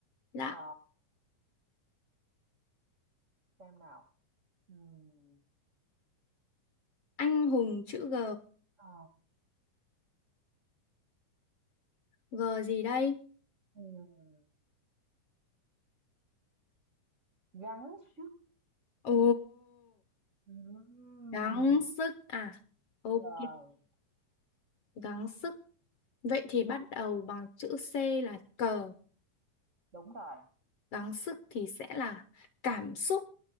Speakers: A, on the left; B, on the right.
A: Dạ,
B: Ờ, xem nào. Ừm,
A: anh hùng chữ G.
B: ờ,
A: G gì đây?
B: ừm, gắng sức,
A: Ồ,
B: ừm,
A: gắng sức à? Ok,
B: rồi,
A: gắng sức. Vậy thì bắt đầu bằng chữ C là cờ,
B: đúng rồi,
A: gắng sức thì sẽ là cảm xúc,